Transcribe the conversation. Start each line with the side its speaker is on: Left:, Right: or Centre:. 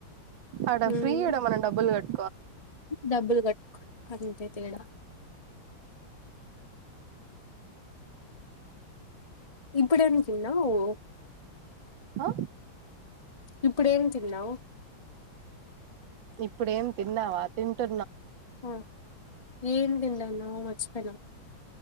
Right: అడ
Left: ఉమ్
Right: ఫ్రీ ఇడ మనం డబ్బులు కట్
Left: డబ్బులు కట్టు అంతే తేడా ఎప్పుడేం తిన్నావ్వ్
Right: ఆ
Left: ఇప్పుడేం తన్నావు
Right: ఇప్పుడేం తిన్నావా తింటు
Left: ఆ ఏం తింటానో మర్చిపోయిన